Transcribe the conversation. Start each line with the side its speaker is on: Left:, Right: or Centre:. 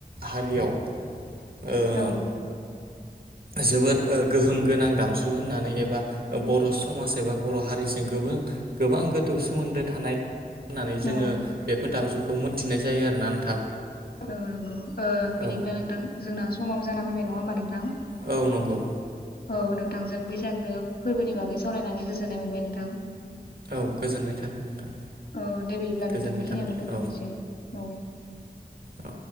Right: हारियाव, ओ
Left: औ
Right: जोबोर गोहोम गोनां दामजु होननानै एबा बर' समाज एबा बर' हारि, मेसेंखौबो गोबां गोथौ सोमोन्दो थानाय होननानै जोङो
Left: औ
Right: बेफोर दामजुखौ मोन मिथिनाय जायो आरोना नोंथां,
Left: औ नंगौ बिदिब्ला
Right: औ
Left: नोंथां जोंना समाबो जाना फैबाय नङा होमबा नों नोंथां
Right: औ नंगौ
Left: औ नों थांजों बैसागो फोरबोनि बागै सावरायनानै गोजोननाय मोनबाय नोंथां।
Right: औ गोजोननाय थाबाय नोंथां,
Left: औ दे बिदिब्ला
Right: गोजोननाय
Left: नोंथां बेखिनियावनो
Right: थाबाय
Left: दोनथ'नोसै
Right: औ
Left: औ
Right: औ